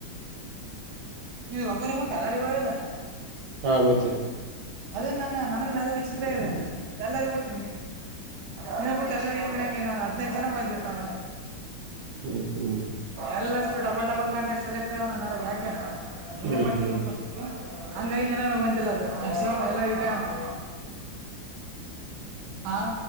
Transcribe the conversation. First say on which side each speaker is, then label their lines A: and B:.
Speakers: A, on the right; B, on the right.
A: ನಿನ್ನ ಒಬ್ಬನೀಗ ಬಿಟ್ಟ ಎಲ್ಲರಿಗೂ ಹೋಗ್ಯದ.
B: ಹಾ ಮತ್ತೆ.
A: ಅದೇ ನನಗ ನನಗನು ಅದೆ ವಿಚಿತ್ರ ಆಗ್ಯಾದ ಎಲ್ಲರಿಗ ಬಿಟ್ಟ, ನಿನಗ ಬಿಟ್ಟ ಎಲ್ಲರಿಗ ಹೆಂಗ ಇಡಂಗಿನಿ. ನಾನು ಹದಿನೈದು ಜನ ಬಂದಿದ್ದ ನಾನು.
B: ಹ್ಮ್ ಹ್ಮ್!
A: ಎಲ್ಲಷ್ಟು ಡಬಲ್ ಡಬಲ್ ಕಾಂಟ್ಯಾಕ್ಟ್ ಸೆಲೆಕ್ಟ್ ಆಗ್ಯಾವ ನನ್ನದರಾಗ ಯಾಕೇನು ಡಿಲೀಟ್
B: ಹ್ಮ್
A: ಮಾಡಿ
B: ಹ್ಮ್
A: ತಗಿಬೇಕು ಒಂದಸತಿ ಹಂಗಾಗಿ ನಿನಗನೂ ಬಂದಿಲ್ಲ ಅದು ಸೇಮ್ ಎಲ್ಲರಿಗು ಇಟ್ಟಿನಿ ಅಂತ. ಹಾ